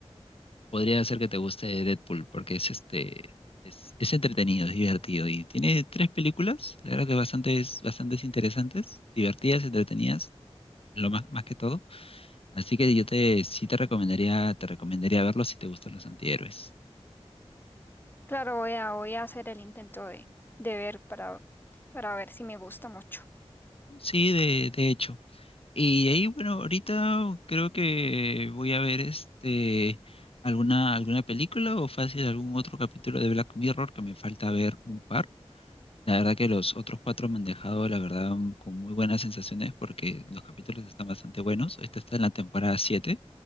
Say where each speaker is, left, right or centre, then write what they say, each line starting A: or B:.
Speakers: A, on the left; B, on the left.
A: podría ser que te guste Deadpool porque es este es, es entretenido, es divertido y tiene tres películas, la verdad que bastante, bastantes bastantes interesantes, divertidas, entretenidas, lo más, más que todo. Así que yo te sí te recomendaría, te recomendaría verlo si te gustan los antihéroes.
B: Claro, voy a, voy a hacer el intento de, de ver para, para ver si me gusta mucho.
A: Sí, de, de hecho. Y de ahí, bueno, ahorita creo que voy a ver este alguna, alguna película o fácil algún otro capítulo de Black Mirror que me falta ver un par. La verdad que los otros cuatro me han dejado, la verdad, un- con muy buenas sensaciones porque los capítulos están bastante buenos. Esta está en la temporada 7